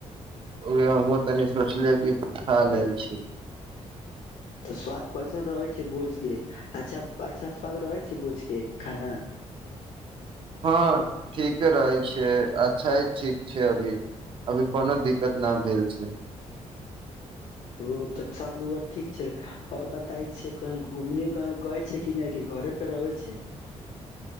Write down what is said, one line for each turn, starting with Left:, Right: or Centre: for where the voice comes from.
Right: उ हमहूँ तनी सोचलियै कि खा लैत छी
Left: तऽ स्वाद कैसन रहय छै भोजके अच्छा अच्छा स्वाद रहय छै भोजकें खाना
Right: हँ ठीके रहय छियै अच्छा ठीक छै अभी अभी कोनो दिक्कत नहि भेल छै
Left: ओ तऽ सब लोग ठीक छै आओर बताय छै कही घुमने गए छै कि नहि कि घरे पे रहबै छै